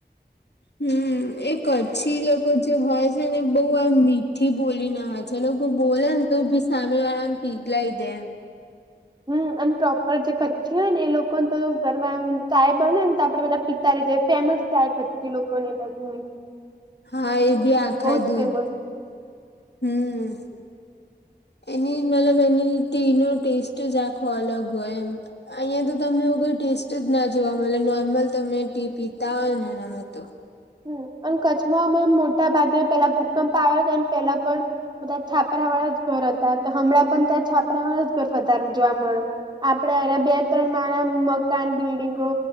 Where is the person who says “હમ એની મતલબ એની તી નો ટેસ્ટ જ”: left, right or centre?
Left